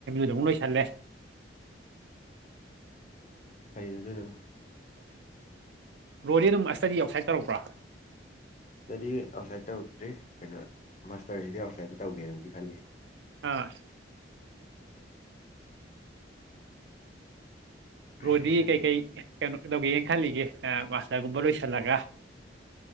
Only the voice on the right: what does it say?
ꯌ ꯂꯣꯏꯁꯂꯦ
ꯔꯣꯗꯤ ꯑꯗꯨꯝ ꯑꯁꯇꯗꯤ ꯑꯥꯎꯠꯁꯥꯏꯠ ꯇꯧꯔꯛꯄ꯭ꯔꯥ
ꯑ
ꯔꯣꯗꯤ ꯀꯩ ꯀꯩ ꯀꯩꯅꯣ ꯂꯧꯒꯦ ꯌꯦꯡ ꯈꯜꯂꯤꯒ ꯑ ꯋꯥꯁꯒꯨꯝꯕ ꯂꯣꯏꯁꯂꯒ